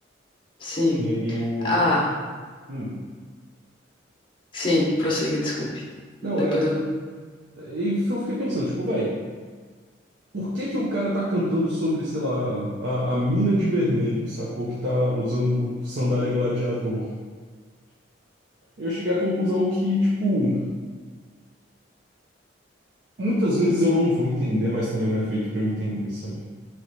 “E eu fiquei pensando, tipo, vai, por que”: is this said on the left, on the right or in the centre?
Right